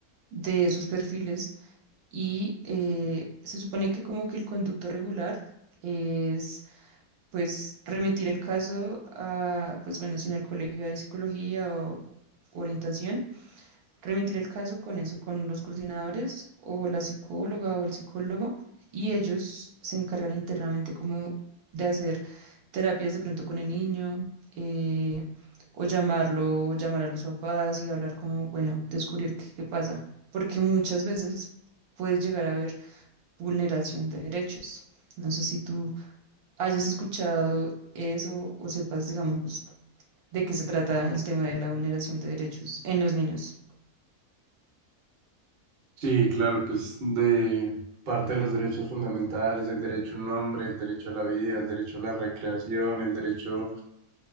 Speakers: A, on the right; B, on the right.
A: de esos perfiles. Y eh, se supone que como que el conducto regular es pues remitir el caso a, pues bueno, si en el colegio hay psicología o orientación remitir el caso con eso, con los coordinadores o la psicóloga o el psicólogo, y ellos se encargan internamente como de hacer terapias de pronto con el niño, eh, o llamarlo, o llamar a los papás y hablar como, bueno, descubrir qué, qué pasa, porque muchas veces puede llegar a haber vulneración de derechos. No sé si tú hayas escuchado eso o sepas, digamos, de qué se trata el tema de la vulneración de derechos en los niños.
B: Sí, claro, pues de parte de los derechos fundamentales, el derecho a un nombre, el derecho a la vida, el derecho a la recreación, el derecho